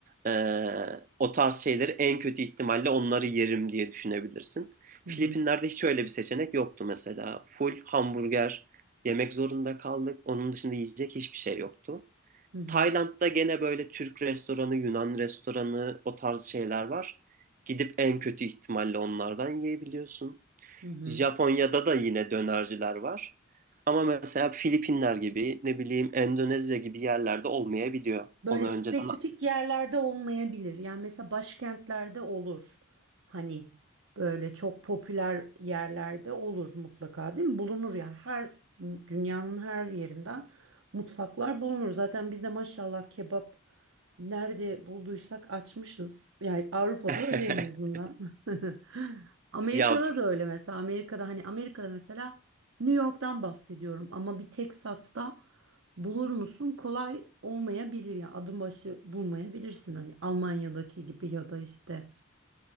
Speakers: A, on the right; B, on the right.
A: Ee, o tarz şeyleri en kötü ihtimalle onları yerim diye düşünebilirsin.
B: Hı
A: Filipinler'de
B: hı.
A: hiç öyle bir seçenek yoktu mesela. Full hamburger yemek zorunda kaldık. Onun dışında yiyecek hiçbir şey yoktu.
B: Hı hı.
A: Tayland'da gene böyle Türk restoranı, Yunan restoranı o tarz şeyler var. Gidip en kötü ihtimalle onlardan yiyebiliyorsun.
B: Hı hı.
A: Japonya'da da yine dönerciler var. Ama mesela Filipinler gibi, ne bileyim Endonezya gibi yerlerde olmayabiliyor.
B: Böyle
A: Onu
B: spesifik
A: önceden...
B: yerlerde olmayabilir. Yani mesela başkentlerde olur. Hani böyle çok popüler yerlerde olur mutlaka değil mi? Bulunur ya. Her dünyanın her yerinden mutfaklar bulunur. Zaten biz de maşallah kebap nerede bulduysak açmışız. Yani Avrupa'da
A: <laughs>
B: öyle en azından. <laughs> Amerika'da
A: Ya
B: da öyle mesela. Amerika'da hani Amerika'da mesela New York'tan bahsediyorum ama bir Texas'ta Bulur musun? Kolay olmayabilir ya. Adım başı bulmayabilirsin hani Almanya'daki gibi ya da işte